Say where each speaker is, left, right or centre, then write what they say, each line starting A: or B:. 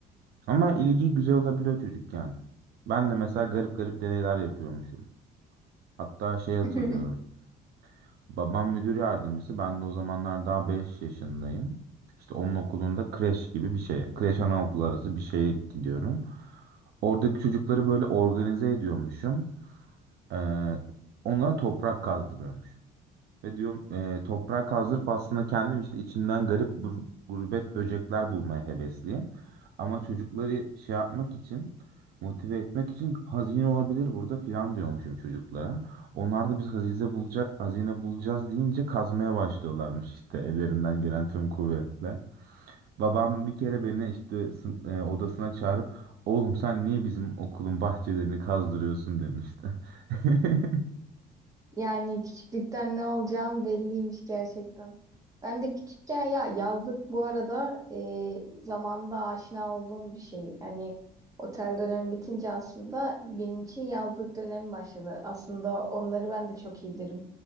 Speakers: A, on the right (about 70°); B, on the right (about 20°).
A: Ama ilgi güzel olabiliyor çocukken. Ben de mesela garip garip deneyler yapıyormuşum. Hatta şey hatırlıyorum.
B: <laughs>
A: Babam müdür yardımcısı. Ben de o zamanlar daha 5 yaşındayım. İşte onun okulunda kreş gibi bir şeye, kreş anaokulu arası bir şeye gidiyorum. Oradaki çocukları böyle organize ediyormuşum. Ee, onlara toprak kazdırıyormuşum. Ve diyorum e, toprak kazdırıp aslında kendim işte içinden garip bur- gurbet böcekler bulmaya hevesliyim. Ama çocukları şey yapmak için motive etmek için hazine olabilir burada filan diyormuşum çocuklara. Onlar da biz hazize bulacak, hazine bulacağız deyince kazmaya başlıyorlarmış işte ellerinden gelen tüm kuvvetle. Babam bir kere beni işte sın- e, odasına çağırıp oğlum sen niye bizim okulun bahçelerini kazdırıyorsun demişti. <laughs>
B: Yani küçüklükten ne olacağım belliymiş gerçekten. Ben de küçükken ya yazlık bu arada e, zamanında aşina olduğum bir şey. Hani otel dönemi bitince aslında benim için yazlık dönemi başladı. Aslında onları ben de çok iyi bilirim.